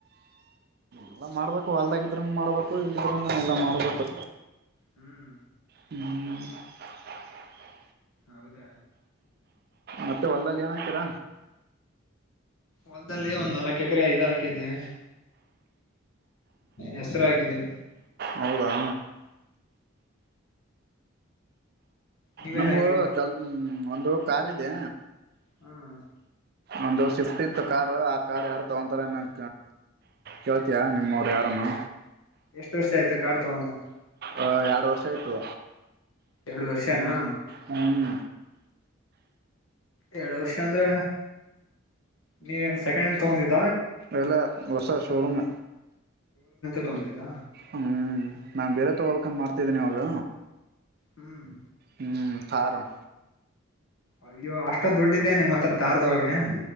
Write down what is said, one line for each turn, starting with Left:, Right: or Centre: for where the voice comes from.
Right: ಎಲ್ಲ ಮಾಡ್ಬೇಕು ಹೊಲ್ದಾಗಿದ್ರನು ಮಾಡಬೇಕು ಇಲ್ಲಿದ್ರುನು ಎಲ್ಲ ಮಾಡಬೇಕು
Left: ಹ್ಮ್
Right: <inaudible>
Left: ಹೌದ
Right: ಮತ್ತೆ ಹೊಲ್ದಲ್ಲಿ ಏನ್ ಹಕೀರ
Left: ಹೊಲ್ದಲ್ಲಿ ಒಂದ್ ನಾಲಕ್ ಎಕರೆ ಇದು ಹಾಕಿದೀನಿ ಹೆಸರು ಹಾಕಿದಿನಿ
Right: ಹೌದಾ
Left: ನೀವೇನ್
Right: ನಮಗು
Left: ಹಾಕಿದ್ರಾ
Right: ಚಲ್ <inaudible> ಒಂದು ಕಾರ್ ಇದೆ
Left: ಹ್ಮ್
Right: ಒಂದು ಶಿಫ್ಟ್ ಇತ್ತು ಕಾರು ಕಾರ್ ಯಾರು ತಗೋಂತಾರೆ ಏನ್ ಕೇಳ್ತೀಯಾ ನಿಮ್ಮವರು ಯಾರನು
Left: ಎಷ್ಟು ವರ್ಷ ಆಯ್ತು ಕಾರ್ ತಗೊಂಡ
Right: ಆ ಎರಡು ವರ್ಷ ಆಯ್ತು
Left: ಎರಡು ವರ್ಷನಾ
Right: ಹ್ಮ್
Left: ಎರಡ್ ವರ್ಷ ಅಂದ್ರೆ. ನೀವನ್ ಸೆಕೆಂಡ್ ತಗೊಂಡಿ <inaudible>
Right: ಎಲ್ಲ ಹೊಸ ಶೋ ರೂಮ್
Left: ತಗೊಂಡಿದ
Right: ಹ್ಮ್ ನಾನ್ ಬೇರೆ ತಗೋಕಂತ ಮಾಡ್ತಿದ್ದೇನಿ ಇವಾಗ
Left: ಹ್ಮ್
Right: ಹ್ಮ್ ಕಾರ <inaudible>
Left: ಅಯ್ಯೋ ಅಷ್ಟೊಂದ್ ದುಡ್ದುದಿಯ ನಿಮ್ಮ್ ಹತ್ರ ಥಾರ್ ತಗೋಳಕ್ಕೆ